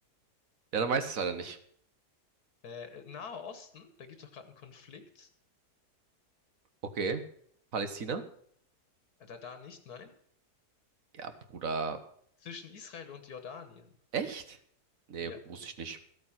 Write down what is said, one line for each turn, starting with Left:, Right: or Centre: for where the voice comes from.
Right: Ja, dann weiß ich es leider nicht.
Left: Äh, äh, Nahe Osten, da gibt es doch gerade einen Konflikt.
Right: Okay. Palästina?
Left: Äh, Da, da nicht, nein.
Right: Ja, Bruder.
Left: Zwischen Israel und Jordanien.
Right: Echt? Nee,
Left: Ja.
Right: wusste ich nicht.